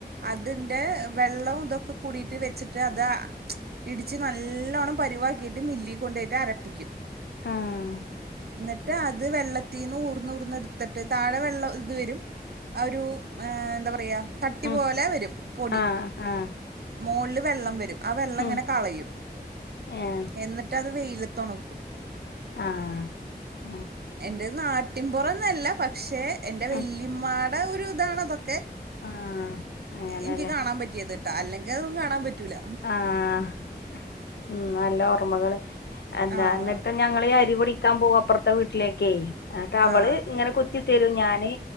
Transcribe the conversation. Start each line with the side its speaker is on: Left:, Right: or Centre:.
Right: അതിന്റെ വെള്ളം ഇതൊക്കെ കൂടിട്ട് വെച്ചിട്ട് അത് ഇടിച്ച്ു നല്ലോണ്ണം പരുവാക്കിട്ട് മില്ലി കൊണ്ടയിട്ട് അരപ്പിക്കും
Left: ആഹ്
Right: എന്നിട്ട് അത് വെള്ളത്തി ള്ളതിന്ന് ഊർന്ന ർന്ന എടുത്തിട്ട് താഴെ വെള്ളം ഇത് വരും ആ ഒരുഹ് എന്താ പറയാ തട്ടി
Left: ഉം
Right: പോലെ വരും പൊടി
Left: ആഹ് ആഹ്
Right: മോളിൽ വെള്ളം വരും ആ വെള്ളം
Left: ഉം
Right: ഇങ്ങനെ കളയും
Left: ഏഹ്
Right: എന്നിട്ട് അത് വെയില തുണുക്കും
Left: ആഹ
Right: എൻറ നാട്ടിൻപുറന്നല്ല പക്ഷേ എന്റെ വെല്ലിമാടെ
Left: ഉം
Right: ഒരു ഇതാണ അതൊക്കെ
Left: ആഹ് അങ്ങനെല്ലേ
Right: എനിക്ക് കാണാൻ പറ്റിയത് കേട്ടാ അല്ലെങ്കിൽ അതും കാണാൻ പറ്റൂല
Left: ആഹ ഉം നല്ല ഓർമ്മകള് എന്താ
Right: ആഹ്
Left: എന്നിട്ട് ഞങ്ങീ അരിപൊടിക്കാൻ പോകും അപ്പുറത്തെ വീട്ടിലേക്കട്ട് അവള്
Right: ആഹ്
Left: ഇങ്ങനെ കുത്തി തരൂ ഞാാന്